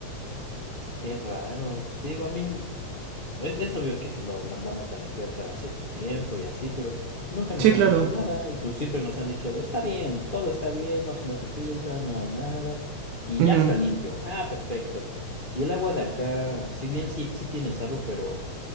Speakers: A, on the left; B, on the right.
A: Qué raro. Pues te digo, a mí. Es, es obvio que los mandamos a limpiar cada cierto tiempo y así, pero nunca nos
B: Sí,
A: han
B: claro.
A: dicho nada y pues siempre nos han dicho de, está bien, todo está bien, no, se- no se filtra, no hay nada y
B: Ujú,
A: ya está limpio. Ah, perfecto. Y el agua de acá, si bien sí, sí tiene sarro, pero...